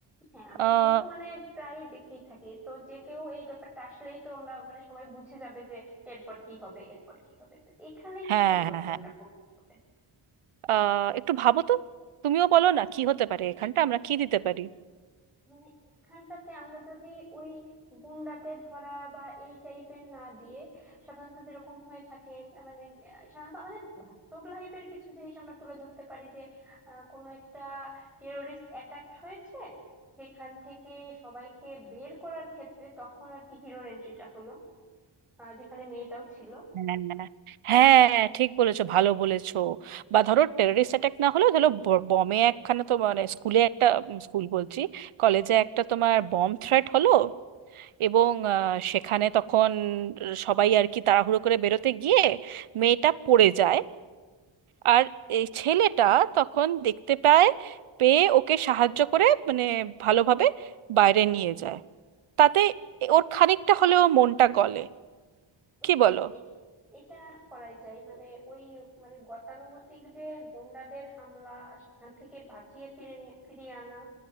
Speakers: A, in the centre; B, on the right.
A: হ্যাঁ আমরা
B: আহ,
A: এগুলো তো মানে প্রায় দেখেই থাকি তো যে কেউ এই ব্যাপারটা আসলেই তো আমরা মানে সবাই বুঝে যাবে যে এরপর কি হবে এরপর কি হবে তো এখানে একটু
B: হ্যাঁ
A: পরিবর্তনটা
B: হ্যাঁ হ্যাঁ
A: করতে হবে
B: আহ, একটু ভাবো তো তুমিও বলো না কি হতে পারে এখানটা আমরা কি দিতে পারি
A: মানে এইখানটাতে আমরা যদি ওই গুন্ডাতে ধরা বা এই টাইপের না দিয়ে সাধারণত যেরকম হয়ে থাকে আহ, মানে আহ, সাধারণত আমাদের বাস্তব লাইফের কিছু জিনিস আমরা তুলে ধরতে পারি যে আহ, কোনো একটা টেরোরিস্ট অ্যাটাক হয়েছে সেখান থেকে সবাইকে বের করার ক্ষেত্রে তখন আর কি হিরোর এন্ট্রিটা হলো আহ, যেখানে মেয়েটাও ছিল
B: হ্যাঁ হ্যাঁ ঠিক বলেছো ভালো বলেছো বা ধরো টেররিস্ট অ্যাটাক না হলেও ধরো ব- বমে একখানা তো মানে স্কুলে একটা উম, স্কুল বলছি কলেজে একটা তোমার বম থ্রেট হলো এবং আহ, সেখানে তখন সবাই আর কি তাড়াহুড়ো করে বেরোতে গিয়ে মেয়েটা পড়ে যায় আর এই ছেলেটা তখন দেখতে পায় পেয়ে ওকে সাহায্য করে মানে ভালোভাবে বাইরে নিয়ে যায় তাতে ওর খানিকটা হলেও মনটা গলে কি
A: হ্যাঁ
B: বলো
A: এ- এটা করাই যায় মানে ওই মানে গতানুগতিক যে গুন্ডাদের হামলা সেখান থেকে বাঁচিয়ে ফিরে নিয়ে ফিরিয়ে আনা